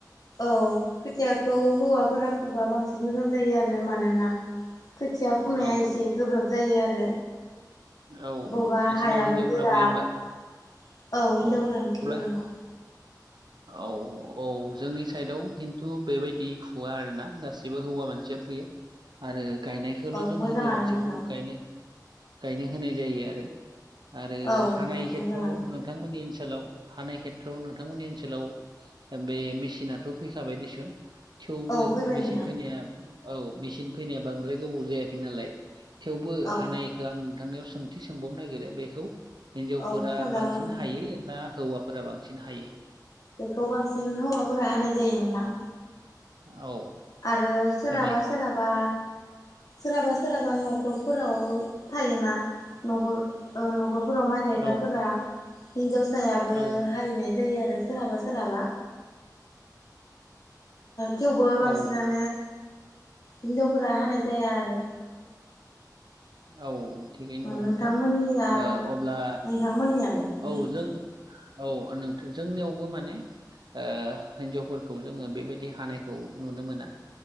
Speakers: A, on the left (about 55°); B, on the right (about 85°).
A: औ खोथियाखौ हौवाफोरा फुबा बांसिन मोजां जायो आरो मानोना खोथिया फुनाया
B: औ
A: एसे गोब्राब जायो आरो
B: औ
A: बबेबा
B: नोंसोरनाव
A: हायाबो
B: हिनजावफोरा
A: गोरा
B: फुयो
A: औ
B: होमबा
A: हिजावफोरानो
B: औ अब्ला
A: फुयो नोंथां
B: औ औ जोंनि साइदआव खिन्थु बेबायदि फुवा आरोना गासैबो हौवा मानसिया फुयो। आरो गायनायखौल'
A: औ
B: जों
A: मोजाङानो
B: हिनजाव मोनसेखौबो
A: नोंथां
B: गायनो गायनो होनाय जायो आरो आरो
A: औ
B: हानाय
A: नोंथां
B: खेथ्रआवनो
A: मोजाङानो
B: नोंथांमोननि ओनसोलाव हानाय खेथ्रआव नोंथांमोननि ओनसोलाव बे मेचिनाथ' फैखाबाय दिसुन थेवबो
A: औ फैबाय
B: मेचिन
A: नोंथां
B: फैनाया औ मेचिन फैनाया बांद्राय गोबाव जायाखै नालाय थेवबो
A: औ
B: हानायखो आं नोंथांनियाव सोंथि सोंबावनो नागिरो बेखौ हिनजावफोरा
A: औ सोंजागोन
B: बांसिन
A: नोंथां
B: हायो ना हौवाफोरा बांसिन हायो?
A: बेखौ बांसिन हौवाफोरा हानाय जायो नोंथां
B: औ
A: आरो सोरहाबा
B: हानाय
A: सोरहाबा सोरहाबा सोरहाबा न'खरफोराव थायोना नख'र ओ नख'र फोराव माइ गायग्राफोरा
B: औ
A: हिनजावसायाबो
B: औ
A: हाहैनाय जायो आरो सोरहाबा सोरहाबा थेवबो बांसि
B: औ
A: नो हिनजावफोरा हानाय जाया आरो
B: औ थिगैनो दं नोंथां
A: नोंथांमोननिया
B: अब्ला
A: नोंथांमोननियालाय नोंथां
B: औ जों औ नोंथां जोंनियावबो माने ओ हिन्जावफोरखौ जोङो बेबायदि हानायखौ नुनो मोना